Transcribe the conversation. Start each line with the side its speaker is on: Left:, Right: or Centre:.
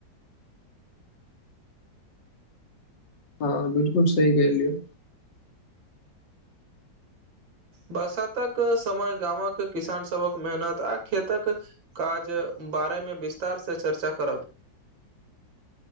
Left: हँ बिलकुल सही कहलियै
Right: बरसातक समय गामक किसान सभक मेहनत आ खेतक काज बारेमे विस्तार से चर्चा करब